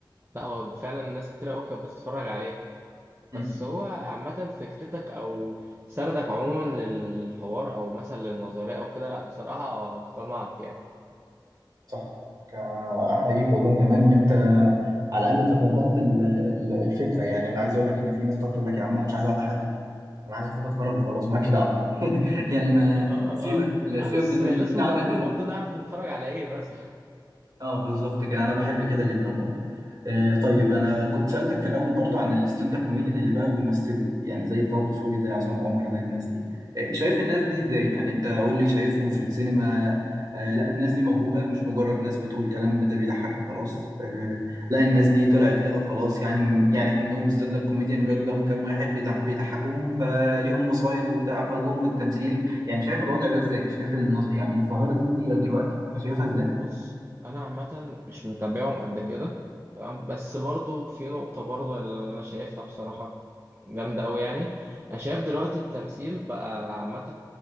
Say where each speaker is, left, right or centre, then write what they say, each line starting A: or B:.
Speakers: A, on the right; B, on the right.
A: لا هو فعلا ناس كتير قوي كانت بتتفرج عليه
B: مم.
A: بس هو عامة فكرتك أو سردك عموما للحوار أو مثلا للنظرية أو كده لأ بصراحة اقتنعت يعني
B: صح ك- احييك
A: <laughs>
B: والله كمان ان انت على الاقل تقبلت ال- ال- الفكره يعني انا عايز اقول لك ان في ناس تقعد تقول لك يا عم انا مش عايز اقعد احلل انا عايز اخش اتفرج وخلاص مالكش دعوه <laughs> يعني ما
A: آه
B: سيبك
A: آه
B: من
A: لا
B: سيبك
A: بس
B: من
A: لازم
B: مين عمل
A: ما نكون
B: ايه
A: برضو نعرف نتفرج على إيه مثلا
B: اه بالظبط كده انا بحب كده جدا برضه آه طيب انا كنت سالتك في الاول برضه عن الستاند اب كوميديان اللي بقى بيمثلوا يعني زي طه دسوقي زي عصام عمر زي الناس دي آه شايف
A: <laughs>
B: الناس
A: مم.
B: دي ازاي يعني انت قول لي شايفهم في السينما آه لا الناس دي موهوبه مش مجرد ناس بتقول كلام ده بيضحك وخلاص آه لا الناس دي طلعت كده وخلاص يعني يعني منهم ستاند اب كوميديان بيقعدوا قدامهم كام واحد بيضح بيضحكوهم فليهم وسايط وبتاع فجم التمثيل يعني شايف الوضع ده ازاي شايف النظ... يعني الظاهره دي كتيره دلوقتي فشايفها ازاي
A: بص أنا عامة مش متابعهم قد كده تمام بس برضو في نقطة برضو اللي أنا شايفها بصراحة جامدة أوي يعني أنا شايف دلوقتي التمثيل بقى عامة